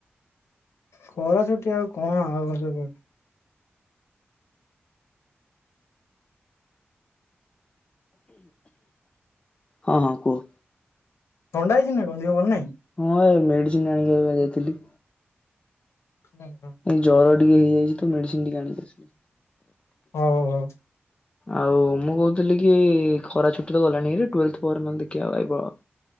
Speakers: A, on the left; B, on the left.
A: ଖରା ଛୁଟି ଆଉ କଣ ଆଉ
B: ହଁ ହଁ କୁହ?
A: ଥଣ୍ଡା ହେଇଛି ନା ଦିହ ଭଲ ନାଇଁ।
B: ହଁ ଏ ମେଡ଼ିସିନ ଆଣିକି ଯାଇଥିଲି।
A: ହୁଁ।
B: ଏଇ ଜର ଟିକେ ହେଇଯାଇଛି ତ ମେଡିସିନ ଟିକେ ଆଣିକି ଆସିଲି।
A: ହଁ ହଉ।
B: ଆଉ ମୁଁ କହୁଥିଲି କି ଖରା ଛୁଟି ତ ଗଲାଣି ଭାରି ତ୍ ଟୁଏଲଥ ପରେ ନହେଲେ ଦେଖିବା ଆଉ ଭାଇ।